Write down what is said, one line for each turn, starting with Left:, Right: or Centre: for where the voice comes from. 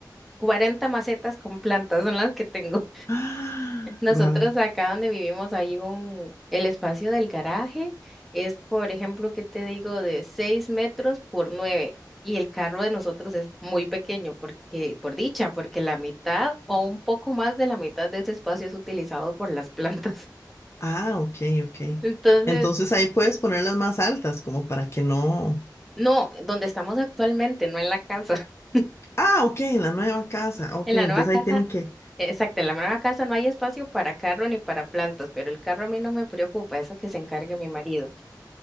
Centre: 40 macetas con plantas son las que tengo.
Left: Ah,
Centre: Nosotros
Left: Wow.
Centre: acá donde vivimos hay un, el espacio del garaje es, por ejemplo, ¿qué te digo? De 6 metros por 9 y el carro de nosotros es muy pequeño porque, por dicha, porque la mitad o un poco más de la mitad de ese espacio es utilizado por las plantas.
Left: Ah, ok, ok.
Centre: <laughs> Entonces,
Left: Entonces ahí puedes ponerlas más altas, como para que no.
Centre: no, donde estamos actualmente, no en la casa. <laughs>
Left: Ah, ok, en la nueva casa. Ok,
Centre: En la
Left: entonces
Centre: nueva casa,
Left: ahí tienen que.
Centre: exacto, en la nueva casa no hay espacio para carro ni para plantas, pero el carro a mí no me preocupa, eso que se encargue mi marido.